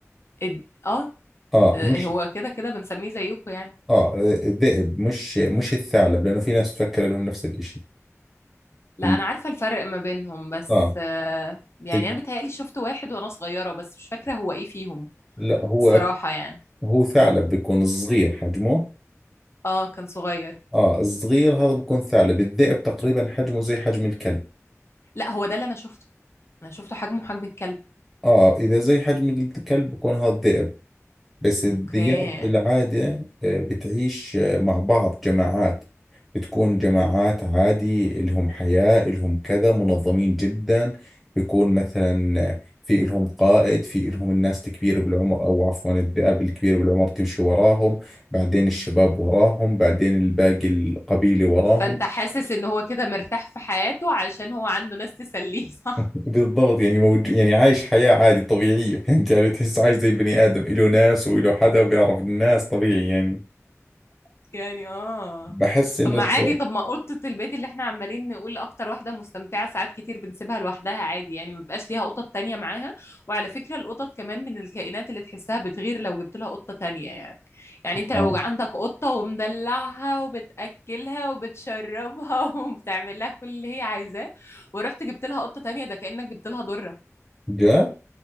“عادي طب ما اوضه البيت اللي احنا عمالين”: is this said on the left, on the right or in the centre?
Left